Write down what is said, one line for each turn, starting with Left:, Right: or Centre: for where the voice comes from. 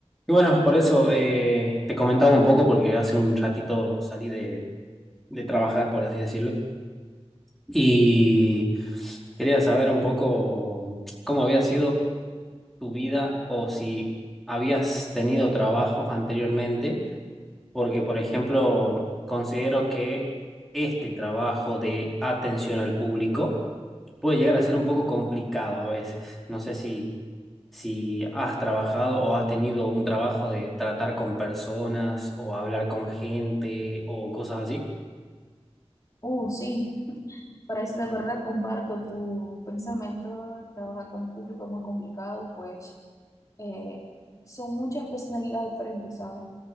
Centre: Y bueno, por eso eh, te comentaba un poco, porque hace un ratito salí de, de trabajar, por así decirlo, y quería saber un poco cómo había sido tu vida o si habías tenido trabajos anteriormente, porque, por ejemplo, considero que este trabajo de atención al público puede llegar a ser un poco complicado a veces. No sé si si has trabajado o has tenido un trabajo de tratar con personas o hablar con gente o cosas así.
Left: oh sí, parece de verdad comparto tu pensamiento. Trabajar con el público es muy complicado, pues eh, son muchas personalidades diferentes, ¿sabes?